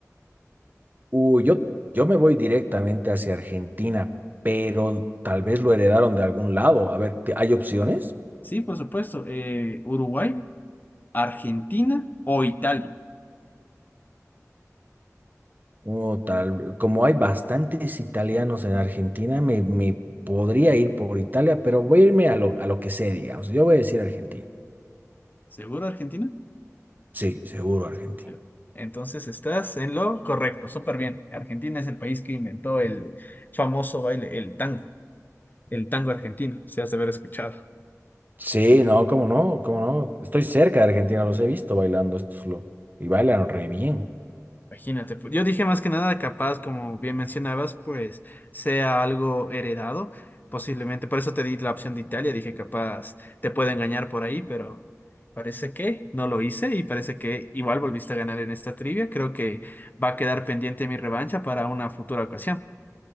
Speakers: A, on the right; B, on the left.
A: Uh, yo, yo me voy directamente hacia Argentina, pero tal vez lo heredaron de algún lado. A ver, ¿te- ¿hay opciones?
B: Sí, por supuesto, eh, Uruguay, Argentina o Italia.
A: O tal, como hay bastantes italianos en Argentina, me, me podría ir por Italia, pero voy a irme a lo, a lo que sé, digamos. Yo voy a decir Argentina.
B: ¿Seguro Argentina?
A: Sí, seguro Argentina.
B: Sí, sí. Entonces estás en lo correcto, súper bien. Argentina es el país que inventó el famoso baile, el tango, el tango argentino, si has de haber escuchado.
A: Sí, no, cómo no, cómo no. Estoy cerca de Argentina, los he visto bailando estos lo, y bailan re bien.
B: Imagínate, pues, yo dije más que nada, capaz, como bien mencionabas, pues sea algo heredado, posiblemente. Por eso te di la opción de Italia, dije capaz te puede engañar por ahí, pero parece que no lo hice y parece que igual volviste a ganar en esta trivia. Creo que va a quedar pendiente mi revancha para una futura ocasión.